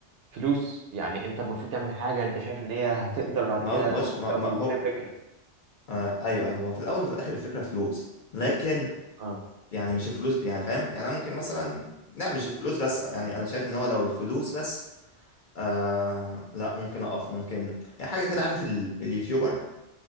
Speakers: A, on the right; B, on the left.
A: فلوس يعني انت المفروض تعمل حاجة انت شايف ان هي هتقدر بعد
B: ما
A: كده
B: هو بص
A: حتى
B: ما
A: لو
B: ما هو
A: فيها فكرة
B: آه، ايوه ايوه هو في الاول وفي الاخر الفكرة فلوس لكن
A: اه
B: يعني مش الفلوس ب- يعني فاهم يعني انا ممكن مثلا لا مش الفلوس بس يعني انا شايف ان هو لو الفلوس بس آه لا ممكن اقف ممكن يعني حاجه كده عارف ال... اليوتيوبر